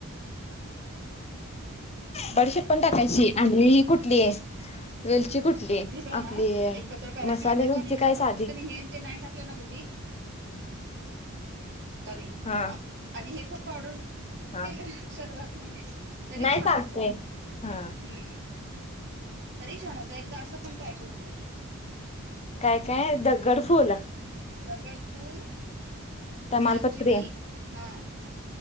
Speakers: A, on the left (about 30°); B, on the right (about 55°).
A: बडीशेप पण टाकायची, आणि ही कुठली आहे वेलची कुठली,
B: सगळं
A: आपली
B: ना एकत्र करायचं
A: मसाले
B: भाजायचं
A: वेलची
B: आणि मिक्सरला
A: काय साधी
B: हे ते नाही टाकलं ना कुठी, सॉरी
A: हा
B: हां, आणि हे पण पावडरऽ
A: हा.
B: केलं लक्षात रात नाही, तरी
A: नाही
B: छान
A: चालते.
B: होत, हम्म.
A: हा
B: तरी छान होत एकदा असं पण ट्राय करून बघ.
A: काय काय दग्गड फुल
B: दगडफुल
A: तमालपत्री,
B: दालचिनी, हा.